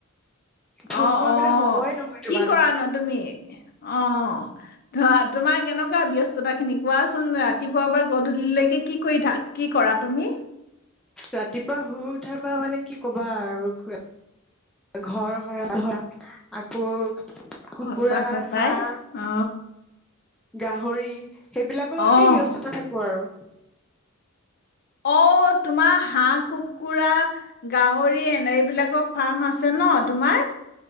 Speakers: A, in the centre; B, on the left (about 45°).
A: ফোন
B: অ
A: কৰিবলৈ
B: অ
A: সময়ে নহয় তোমালে
B: কি কৰা ন তুমি অ ধৰা তোমাৰ কেনেকুৱা ব্যস্ততা খিনি কোৱা।। চোন ৰাতিপুৱা পৰা গধূলিলৈকে কি কৰি থা কি কৰা তুমি?
A: ৰাতিপুৱা শুই উঠাৰ পৰা মানে কি কবা আৰু ঘৰ সৰা আকৌ।। কুকুৰা
B: সঁচাকৈ পায়।
A: হাঁহ
B: অ
A: গাহৰি।। সেইবিলাকৰ লগতেই
B: অ',
A: ব্যস্ততা থাকোঁ আৰু।।
B: অ তোমাৰ হাঁহ, কুকুৰা।। গাহৰি এনে এইবিলাকৰ ফাৰ্ম আছে ন তোমাৰ?